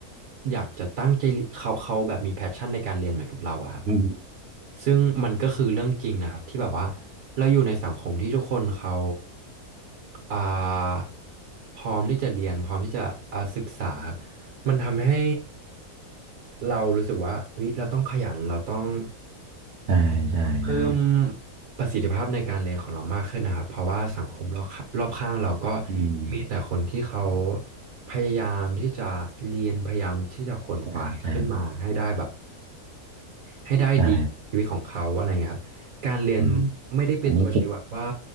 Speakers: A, on the right; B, on the right.
A: อยากจะตั้งใจเรียเขาเขาแบบมีแพชชั่นในการเรียนเหมือนกับเราอะครับ
B: อืม
A: ซึ่งมันก็คือเรื่องจริงนะครับที่แบบว่าเราอยู่ในสังคมที่ทุกคนเขาอ่าพร้อมที่จะเรียนพร้อมที่จะอ่าศึกษาครับมันทำให้เรารู้สึกว่าเฮ้ยเราต้องขยันเราต้อง
B: ใช่ใช่ใช่
A: เพิ่มประสิทธิภาพในการเรียนของเรามากขึ้นนะครับเพราะว่าสังคมรอบข้างรอบข้างเราก็
B: อืม
A: มีแต่คนที่เขาพยายามที่จะเรียนพยายามที่จะขวนขวายขึ้นมาให้ได้แบบ
B: ใช่ใช่
A: ให้ได้ดีชีวิตของเขาอะไรเงี้ยครับ
B: ใช่
A: การเรียน
B: อืม
A: ไม่ได้เป็นตัวชี้วัดว่า
B: อันนี้จริง